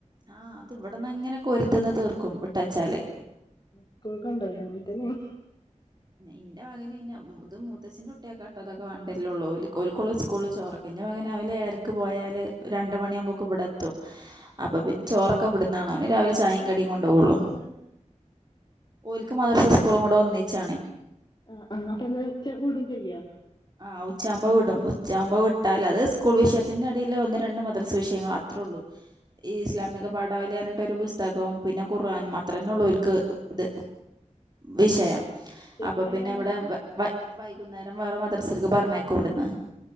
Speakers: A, on the right (about 35°); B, on the left (about 35°).
A: ആ അത് ഇവെടെന്ന് ഇങ്ങനെ കൊരുതിന്ന് തീർക്കുംട്ടച്ചാല്
B: സ്കൂൾക്ക് കൊണ്ടോവില്ല അങ്ങനെ തന്നെയാണ്
A: ഇന്റെ മകന് ന്നെ ഇത് മൂത്തച്ഛന്റെ കുട്ടിയാക്കാട്ടോ ഇതൊക്കെ വാണ്ടൃരലൊള്ളൂ ഓൽക്ക് ഓൽക്കൊള്ളൂ സ്കൂളിൽചോ ഇന്റെ മകന് രാവിലെ ഏഴരക് പോയാൽ രണ്ടുമണി ആമ്പേക്ക് ഇബടെ എത്തും അപ്പൊ പിന്നെ ചോറൊക്കെ ഇബ്ടുന്നാണ് ഓന് രാവിലെ ചായിം
B: അതെന്താ
A: കടിം
B: അത്ര
A: കൊണ്ടോവൊള്ളൂ
B: നേരത്തെ പോണ്
A: ഓൽക്ക് മദർസും സ്കൂളും കൂടെ ഒന്നിച്ചാണെ
B: അ ആ അപ്പൊന്ന് ഉച്ചക്ക് വിടും ചെയ്യോ
A: ആ ഉച്ചാബോവിടും ഉച്ചാമ്പോ വിട്ടാൽ അത് സ്കൂൾ വിഷയത്തിന്റെടയിൽ ഒന്ന് രണ്ട് മദ്രസ് വിഷയങ്ങൾ അത്രേ ഉള്ളൂ ഈ ഇസ്ലാമിക പാഠ <unintelligible> ഇടവലിയാനിട്ട ഒരു പുസ്തകവും പിന്നെ ഖുർആനും അത്രന്നെ ഉള്ളൂ ഓൽക്ക് ഇത് വിഷയം
B: ആ എത്രയിലാണ്
A: അപ്പൊ പിന്നെ ഇവിടെ വ വ വൈകുന്നേരം വേറെ മ ദ്രസക്ക് പറഞ്ഞയക്കും വിടന്ന്